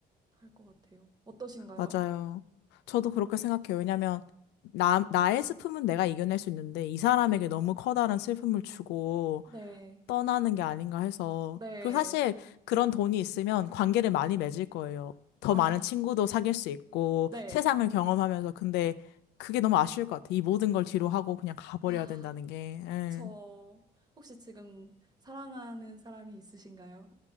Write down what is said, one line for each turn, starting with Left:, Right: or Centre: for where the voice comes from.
Right: 할 것 같아요. 어떠신가요?
Left: 맞아요. 저도 그렇게 생각해요. 왜냐면, 나, 나의 슬픔은 내가 이겨낼 수 있는데, 이 사람에게
Right: 네.
Left: 너무 커다란 슬픔을 주고
Right: 네.
Left: 떠나는 게 아닌가 해서.
Right: 네.
Left: 그리고 사실 그런 돈이 있으면 관계를 많이 맺을 거예요. 더
Right: 아,
Left: 많은 친구도 사귈 수 있고,
Right: 네.
Left: 세상을 경험하면서. 근데 그게 너무 아쉬울 것 같아요. 이 모든 걸 뒤로 하고 그냥 가버려야
Right: 아.
Left: 된다는 게.
Right: 그쵸.
Left: 응.
Right: 혹시 지금 사랑하는 사람이 있으신가요?